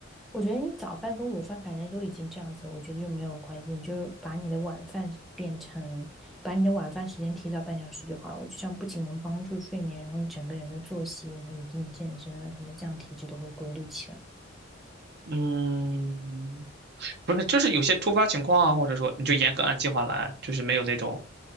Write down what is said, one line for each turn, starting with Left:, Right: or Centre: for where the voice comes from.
Centre: 我觉得你早饭跟午饭反正都已经这样子，我觉得就没有关系。你就是把你的晚饭变成，把你的晚饭时间提早半小时就好了。我觉得这样不仅能帮助睡眠，然后你整个人的作息，然后以及你健身啊什么，这样体质都会规律起来。
Right: 嗯，不是，就是有些突发情况啊，或者说你就严格按计划来，就是没有那种